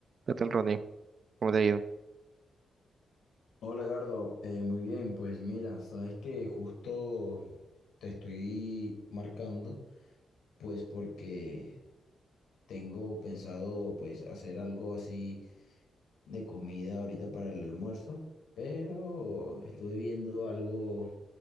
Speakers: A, on the right; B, on the left.
A: ¿Qué tal, Ronnie? ¿Cómo te ha ido?
B: Hola, Gardo. Eh, muy bien, pues mira, sabes que justo te estoy marcando, pues porque tengo pensado pues hacer algo así de comida ahorita para el almuerzo, pero estuve viendo algo